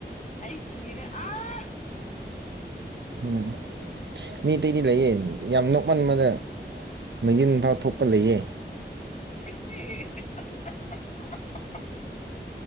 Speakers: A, on the left; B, on the right.
A: ꯑꯩ ꯁꯤꯔꯦ ꯑꯥ
B: ꯎꯝ ꯃꯤꯇꯩꯗꯤ ꯂꯩꯌꯦ ꯌꯥꯝꯅꯣꯛ ꯃꯟꯕꯗ ꯃꯒꯤꯟ ꯊꯥ ꯊꯣꯛꯄ ꯂꯩꯌꯦ
A: <unintelligible>